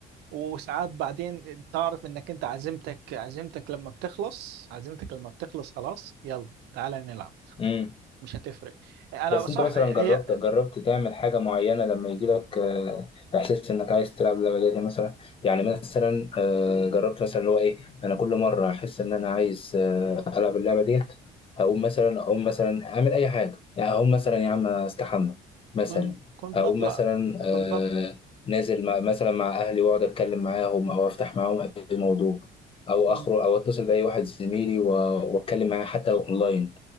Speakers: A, on the right (about 80°); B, on the left (about 30°).
A: وساعات بعدين تعرف إنك أنت عزيمتك عزيمتك لما بتخلص عزيمتك لما بتخلص خلاص يلا تعالى نلعب
B: امم
A: مش هتفرق انا
B: بس
A: صح
B: انت مثلا
A: هي
B: جربت جربت تعمل حاجه معينه لما يجي لك آه، احساس انك عايز تلعب اللعبه دي مثلا يعني مثلا آه، جربت مثلا اللي هو ايه انا كل مره احس ان انا عايز آه، العب اللعبه ديت هقوم مثلا اقوم مثلا اعمل اي حاجه يعني اقوم مثلا يا عم استحمى مثلا
A: كنت كنت
B: اقوم
A: بطلع
B: مثلا آه،
A: كنت بطلع
B: نازل مع مثلا مع اهلي واقعد اتكلم معاهم او افتح معاهم اي موضوع او
A: كنت
B: اخرج او اتصل باي واحد زميلي و- واتكلم معاه حتى لو اونلاين